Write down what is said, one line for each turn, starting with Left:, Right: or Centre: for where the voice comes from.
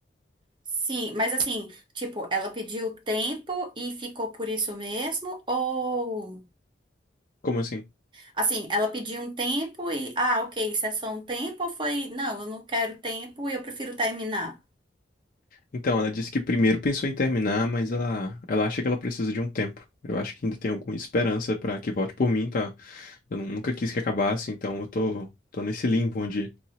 Right: Sim, mas assim, tipo, ela pediu tempo e ficou por isso mesmo? Ou.
Left: Como assim?
Right: Assim, ela pediu um tempo e, ah, ok, isso é só um tempo ou foi, não, eu não quero tempo e eu prefiro terminar.
Left: Então, ela disse que primeiro pensou em terminar, mas ela, ela acha que ela precisa de um tempo. Eu acho que ainda tem alguma esperança pra que volte por mim, tá? Eu nu- nunca quis que acabasse, então eu tô, tô nesse limbo onde